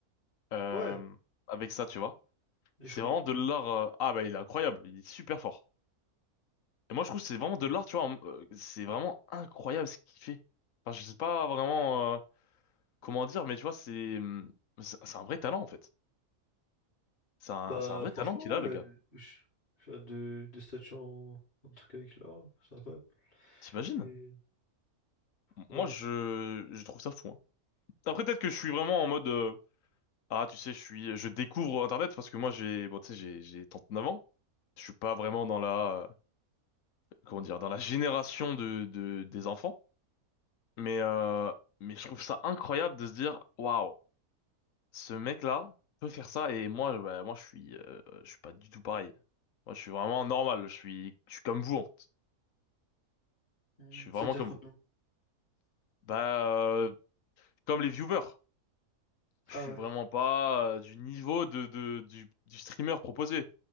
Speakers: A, on the left; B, on the left.
A: euh,
B: Ouais,
A: avec ça, tu vois.
B: il
A: C'est
B: est chaud?
A: vraiment de l'art. euh, Ah bah il est incroyable, il est super fort. Et moi, je trouve que c'est vraiment
B: Ouais.
A: de l'art, tu vois. euh, C'est vraiment incroyable ce qu'il fait. Enfin, je sais pas vraiment euh, comment dire, mais tu vois, c'est hum, c'est c'est un vrai talent en fait. C'est un,
B: Bah,
A: c'est un vrai
B: franchement,
A: talent qu'il
B: ouais.
A: a, le gars.
B: Je je fais des, des statues en, en tout cas avec là c'est incroyable.
A: T'imagines?
B: Et
A: M-
B: ouais.
A: Moi, je, je trouve ça fou. hein. Après, peut-être que je suis vraiment en mode euh, ah, tu sais, je suis, je découvre Internet parce que moi, j'ai, bon, tu sais, j'ai, j'ai 39 ans. Je suis pas vraiment dans la, euh, comment dire, dans la génération de, de des enfants. Mais, euh, mais je trouve ça incroyable de se dire, waouh. ce mec-là peut faire ça et moi, bah, moi je suis, euh, je suis pas du tout pareil. Moi, je suis vraiment normal. Je suis, je suis comme vous en fait.
B: Hmm.
A: Je suis vraiment
B: C'est-à-dire
A: comme
B: comme
A: vous.
B: nous.
A: Bah, euh, comme les viewers. Je
B: Ah
A: suis
B: ouais,
A: vraiment pas euh, du niveau de, de du, du streamer proposé.